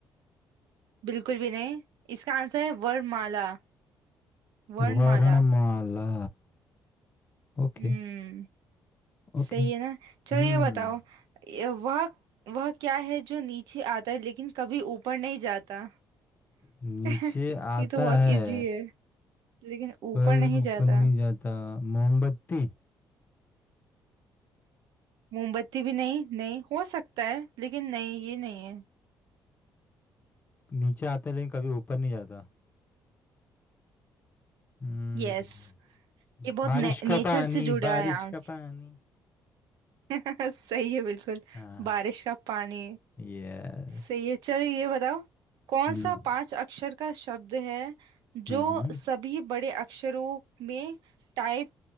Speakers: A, on the right; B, on the left.
A: बिल्कुल भी नहीं इसका आंसर है वर्णमाला वर्णमाला
B: वर्णमाला ओके
A: हम्म
B: ओके
A: सही है ना
B: हम्म
A: चलो ये बताओ ये वह वह क्या है जो नीचे आता है लेकिन कभी ऊपर नहीं जाता
B: नीचे
A: <laughs>
B: आता
A: ये तो बहुत
B: है
A: इजी है लेकिन ऊपर
B: पर
A: नहीं
B: ऊपर
A: जाता
B: नहीं जाता मोमबत्ती
A: मोमबत्ती भी नहीं नहीं हो सकता है लेकिन नहीं ये नहीं है
B: नीचे आता है लेकिन कभी ऊपर नहीं जाता हम्म
A: यस ये बहुत
B: बारिश
A: ने, नेचर
B: का पानी
A: से जुड़ा
B: बारिश
A: है आंसर
B: का पानी
A: <laughs> सही है बिल्कुल
B: हाँ
A: बारिश का पानी
B: यस
A: सही है चल ये बताओ कौन
B: हम्म
A: सा पांच अक्षर का शब्द है
B: हम्म
A: जो सभी बड़े अक्षरों में टाइप